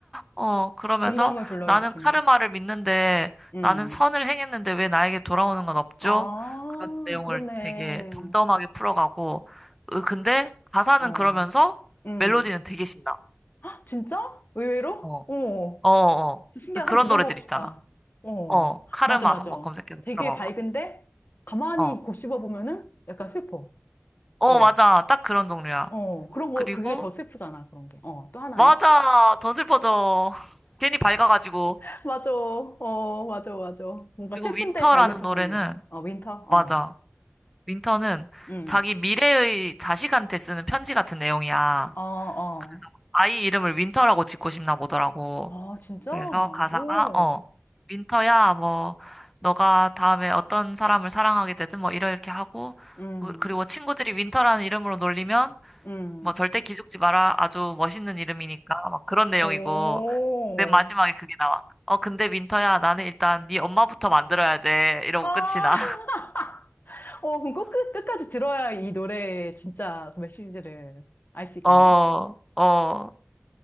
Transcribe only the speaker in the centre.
어, 그러면서
나는 카르마를 믿는데
나는 선을 행했는데 왜 나에게 돌아오는 건 없죠?
그런 내용을
되게 덤덤하게 풀어가고, 으, 근데 가사는
그러면서
멜로디는 되게 신나.
어,
어, 어.
그 그런
노래들
있잖아.
어, 카르마
한번 검색해서
들어봐봐.
어.
어,
맞아. 딱 그런 종류야.
그리고,
맞아. 더 슬퍼져. <laughs> 괜히 밝아가지고.
그리고
윈터라는
노래는,
맞아. 윈터는
자기 미래의 자식한테 쓰는 편지 같은 내용이야.
그래서 아이 이름을 윈터라고 짓고 싶나 보더라고.
그래서 가사가,
어, 윈터야, 뭐, 너가 다음에 어떤 사람을 사랑하게 되든 뭐 이렇게 하고,
그- 그리고 친구들이 윈터라는 이름으로 놀리면,
뭐 절대 기죽지 마라. 아주 멋있는 이름이니까. 막 그런 내용이고.
맨 마지막에 그게 나와. 어, 근데 윈터야, 나는 일단 네 엄마부터 만들어야 돼. 이러고
끝이 나.
<laughs> 어, 어.